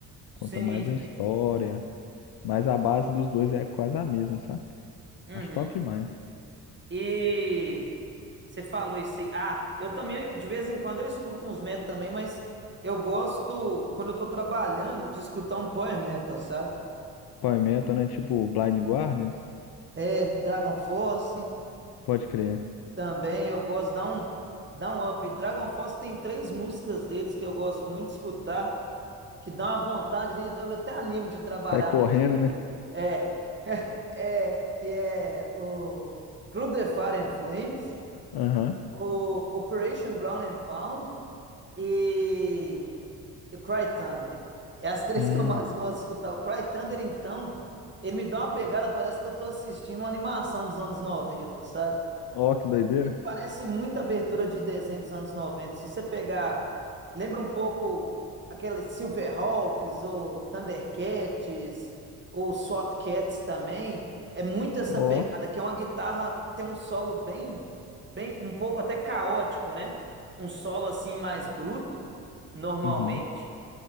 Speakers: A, on the right; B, on the left.
A: Sim,
B: Conta mais uma história,
A: sim.
B: mas a base dos dois é quase a mesma, sabe?
A: Uhum.
B: Acho top demais.
A: E Você falou isso aí. Ah, eu também, de vez em quando, eu escuto uns metal também, mas eu gosto, quando eu tô trabalhando, de escutar um power metal, sabe?
B: Power Metal, né? Tipo Blind Guardians,
A: É, Dragon Force
B: pode crer.
A: também, eu gosto, dá um, dá um up. Dragon Force tem três músicas deles que eu gosto muito de escutar, que dá uma vontade, assim, eu até animo de trabalhar
B: Sai correndo,
A: no dia.
B: né?
A: É, é, que é o Through the Fire and Flames,
B: Aham.
A: o Operation Ground and Pound e e Cry Thunder. É as três
B: Hum.
A: que eu mais gosto de escutar. O Cry Thunder, então, ele me dá uma pegada, parece que eu tô assistindo uma animação dos anos noventa sabe?
B: Ó, que doideira.
A: Ele parece muita abertura de desenho dos anos noventa Se você pegar, lembra um pouco aqueles Silverhawks ou Thundercats ou SWATcats também. É muito essa
B: Ó.
A: pegada, que é uma guitarra que tem um solo bem, bem, um pouco até caótico, né? Um solo assim mais bruto, normalmente.
B: Uhum.